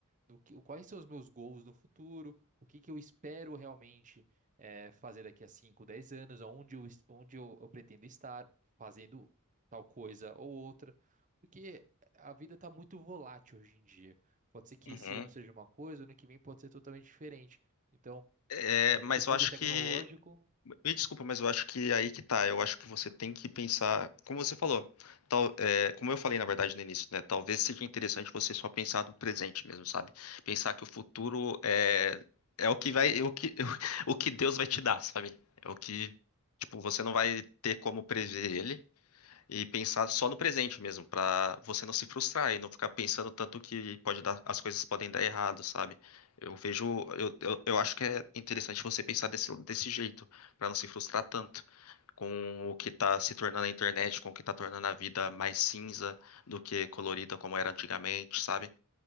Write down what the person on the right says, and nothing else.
do que, quais são os meus goals no futuro, o que que eu espero realmente eh, fazer daqui a 5, 10 anos, onde eu, es- onde eu, eu pretendo estar fazendo tal coisa ou outra, porque a vida está muito volátil hoje em dia. Pode ser que
esse ano seja uma coisa, ano que vem pode ser totalmente diferente. Então,
nesse
mundo
tecnológico,